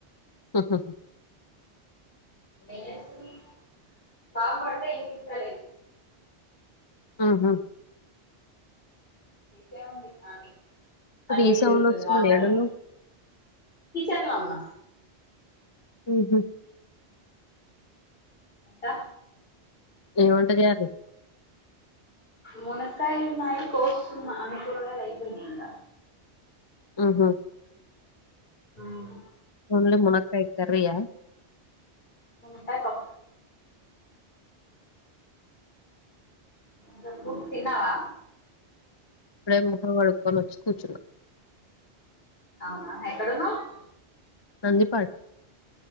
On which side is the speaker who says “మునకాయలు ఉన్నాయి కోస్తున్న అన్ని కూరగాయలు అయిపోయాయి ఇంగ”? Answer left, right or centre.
Left